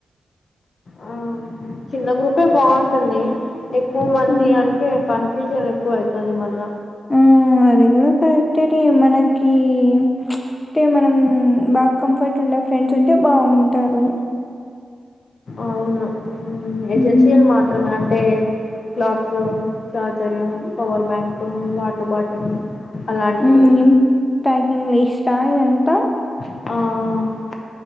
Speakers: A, on the left (about 60°); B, on the left (about 20°).
A: ఆ చిన్న గ్రూపే బాగుంటుంది ఎక్కువ మంది
B: మ్మ్.
A: అంటే కన్ఫ్యూజన్ ఎక్కువ అవుతుంది దాని వల్ల
B: ఆమ్ అది కూడా కరెక్ట్ అది మనకి అంటే మనం బాగా కంఫర్ట్ ఉండే ఫ్రెండ్స్ ఉంటే బాగుంటారు
A: అవును ఏజెన్సీలు
B: మ్మ్.
A: మాత్రమే అంటే clothes, charger, power bank, water bottle అలాంటివి
B: ఊమ్ ప్యాకింగ్ లిస్టు ఇదంతా
A: ఆఆఆ